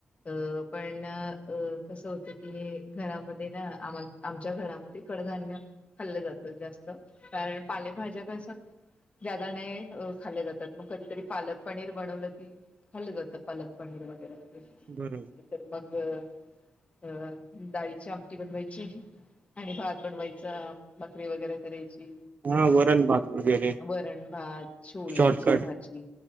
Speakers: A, on the left; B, on the right.
A: अ पण अ कसं होत की घरामध्ये ना आम्हाला आमच्या घरामध्ये कडधान्य खाल्लं जातं जास्त कारण पालेभाज्या कस जादा नाही खाले जातात मग कधीतरी पालक पनीर बनवलं की, खाल्लं जातं पालक पनीर वगैरे वगैरे नायतर
B: बरोबर
A: मग अ डाळीची आमटी बनवायची आणि भात बनवायचा भा करी वगैरे करयची.
B: हा वरण भात वगैरे
A: वरण भात छोलेची
B: शॉर्टकट
A: भाजी